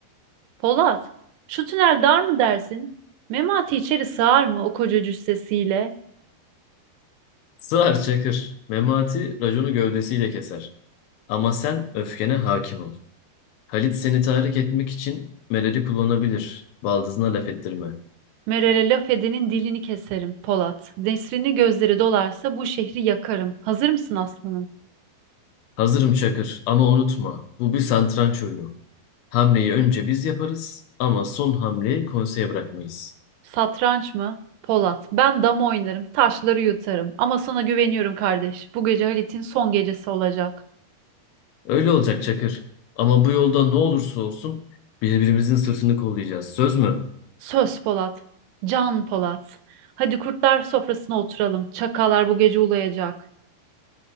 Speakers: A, on the right; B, on the left.
A: Polat, şu tünel dar mı dersin? Memati içeri sığar mı o koca cüssesiyle?
B: Sığar çakır, memati raconu gövdesiyle keser. Ama sen öfkene hakim ol. Halit seni tahrik etmek için Meral'i kullanabilir. Baldızına laf ettirme.
A: Meral'e laf edenin dilini keserim, Polat. Nesrini gözleri dolarsa bu şehri yakarım. Hazır mısın aslanım?
B: Hazırım Çakır ama unutma bu bir satranç oyunu. Hamleyi önce biz yaparız ama son hamleyi konseye bırakmayız.
A: Satranç mı? Polat. Ben dama oynarım, taşları yutarım. Ama sana güveniyorum kardeş. Bu gece Halit'in son gecesi olacak.
B: Öyle olacak Çakır. Ama bu yolda ne olursa olsun birbirimizin sırtını kollayacağız. Söz mü?
A: Söz Polat. Can Polat. Hadi kurtlar sofrasına oturalım. Çakallar bu gece ulayacak.